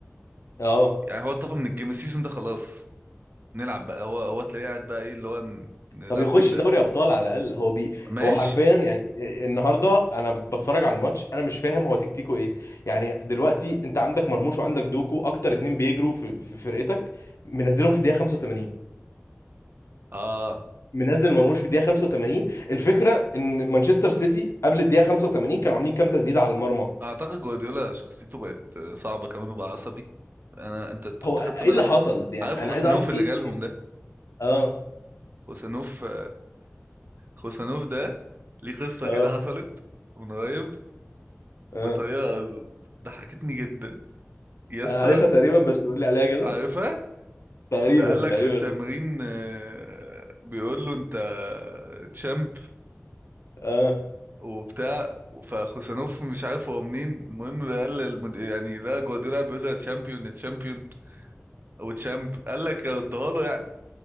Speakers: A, on the left; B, on the right.
A: اه
B: يعني هو اتطفى من الجيم السيزون ده خلاص نلعب بقى هو هو تلاقيه قاعد بقى ايه اللي هو ن- نلبك
A: طب يخش
B: ده
A: دوري ابطال على الاقل هو بي
B: ماشي
A: هو حرفيا يعني النهارده انا بت- بتفرج على الماتش انا مش فاهم هو تكتيكه ايه يعني دلوقتي انت عندك مرموش وعندك دوكو اكتر اتنين بيجروا في في فرقتك منزلهم في الدقيقه 85
B: اه
A: منزل مرموش في الدقيقه 85 الفكره ان مانشستر سيتي قبل الدقيقه 85 كانوا عاملين كام تسديده على المرمى
B: اعتقد جوارديولا شخصيته بقت صعبة كمان وبقى عصبي انا انت أنت- أنت
A: هو
B: خدت
A: ايه
B: بالك
A: اللي حصل يعني
B: عارف
A: انا
B: خوسانوف
A: عايز اعرف
B: اللي
A: ايه,
B: جالهم
A: إيه... إيه-
B: ده
A: اه
B: خوسانوف آه، خوسانوف ده ليه قصة
A: اه
B: كده حصلت من قريب
A: اه
B: بطريقة ضحكتني جدا يا اسطى
A: انا عارفها تقريبا بس قول لي عليها كده
B: عارفها
A: تقريبا
B: ده قال لك
A: تقريبا
B: في التمرين آه، بيقول له انت تشامب
A: اه
B: وبتاع فخوسانوف مش عارف هو منين المهم قال للمد... يعني ده جوارديولا بيقول له يا تشامبيون يا تشامبيون او تشامب قال لك اديها له يعني